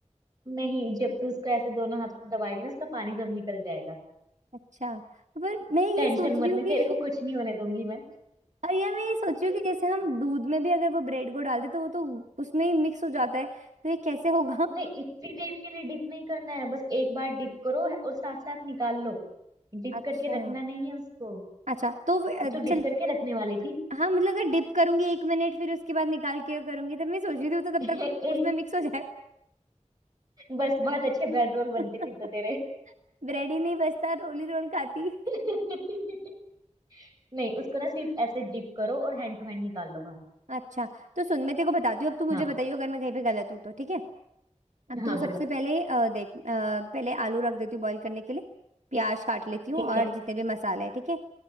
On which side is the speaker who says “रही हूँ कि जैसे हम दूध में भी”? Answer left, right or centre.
Right